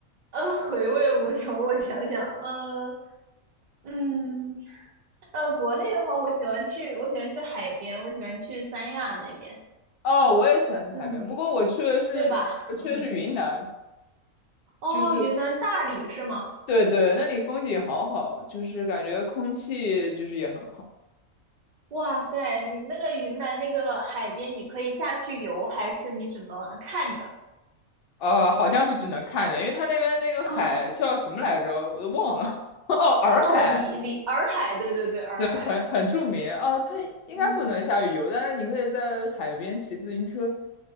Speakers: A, on the right; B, on the left.
A: 呃，回味无穷。我想想，嗯、嗯，呃，国内的话，我喜欢去，我喜欢去海边，我喜欢去三亚那边。
B: 哦，我也喜欢去海边，
A: 嗯，
B: 不过我去的是我去的是云南，
A: 对吧？<laughs> 嗯，哦，
B: 就是
A: 云南大理是吗？
B: 对对，那里风景好好，就是感觉空气就是也很好。
A: 哇塞，你那个云南那个海边，你可以下去游，还是你只能看着？
B: 呃，好像是只能看着，因为它那边那个海叫什么来着，
A: 哦，
B: 我都忘了。<laughs> 哦，洱海，
A: 哦，里里洱海，对对对，洱海。
B: 对，很很著名啊。它应该不能下去游，
A: 嗯，
B: 但是你可以在海边骑自行车。